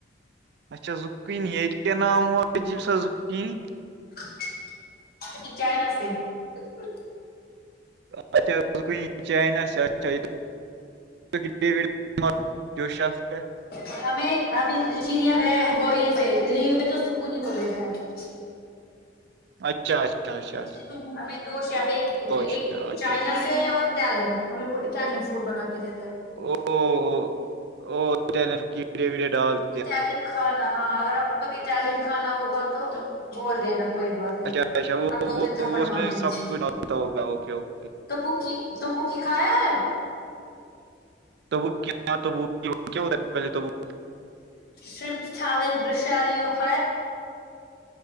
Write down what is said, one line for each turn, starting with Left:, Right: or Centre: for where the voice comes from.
Right: <unintelligible>
Left: <unintelligible>
Right: <unintelligible> <unintelligible>
Left: <unintelligible>
Right: <unintelligible>
Left: <unintelligible>
Right: اچھا اچھا اچھا
Left: <unintelligible>
Right: <unintelligible>
Left: <unintelligible> بول دے نا کوئی بات نہیں
Right: اچھا اچھا وہ
Left: ہم دو
Right: وہ
Left: تین تھپڑ
Right: وہ اس
Left: مار
Right: میں
Left: دیں
Right: سب
Left: گے
Right: کچھ ڈالتا ہوگا اوکے اوکے
Left: توبک تبوک کھایا ہے
Right: <unintelligible>
Left: شم شمالین گسالخ